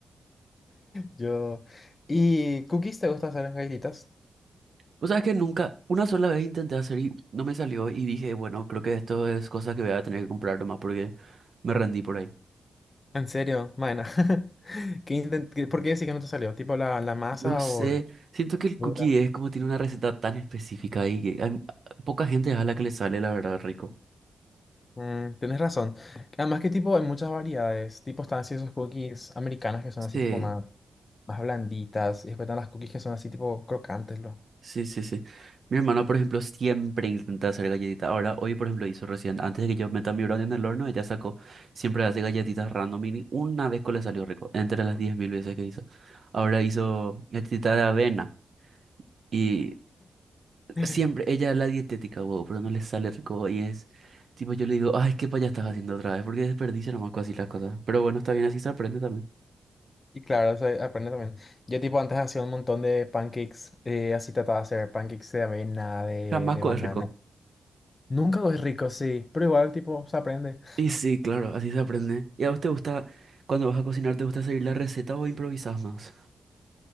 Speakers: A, on the left; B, on the right.
A: Yo. ¿Y cookies te gusta hacer en galletitas?
B: O sea, que nunca, una sola vez intenté hacer y no me salió y dije, bueno, creo que esto es cosa que voy a tener que comprar nomás porque me rendí por ahí.
A: En serio, Maena. <laughs> ¿Qué intent- qué- <laughs> ¿Por qué decís que no te salió? ¿Tipo la, la masa
B: No sé,
A: o la
B: siento
A: textura?
B: que el cookie es como tiene una receta tan específica y que hay, poca gente es a la que le sale la verdad rico.
A: Mm, tenés razón. Además que tipo hay muchas variedades. Tipo están así esos cookies americanos que son
B: Sí,
A: así tipo más, más blanditas. Y después están las cookies que son así tipo crocantes, lo.
B: sí, sí, sí. Mi hermana, por ejemplo, siempre intenta hacer galletitas. Ahora, hoy, por ejemplo, hizo recién, antes de que yo meta mi brownie en el horno, ella sacó, siempre hace galletitas random y ni una vez que le salió rico, entre las 10.000 veces que hizo. Ahora hizo galletita de avena y
A: <laughs>
B: siempre, ella es la dietética, wow, pero no le sale rico y es, tipo, yo le digo, ay, qué payas estás haciendo otra vez, porque desperdicia nomás así las cosas. Pero bueno, está bien, así se aprende también.
A: Y claro, eso aprende también. Yo tipo antes hacía un montón de pancakes. eh, así trataba de hacer pancakes de avena, de,
B: Jamás
A: de banana.
B: es rico.
A: Nunca es rico, sí. Pero igual tipo se aprende.
B: Y sí, claro, así se aprende. ¿Y a vos te gusta, cuando vas a cocinar, te gusta seguir la receta o improvisás más?